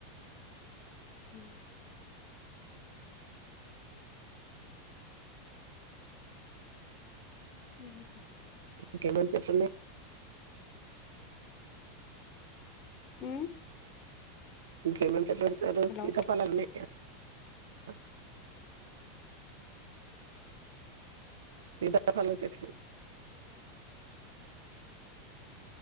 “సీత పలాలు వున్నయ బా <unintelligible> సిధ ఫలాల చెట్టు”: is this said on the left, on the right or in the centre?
Right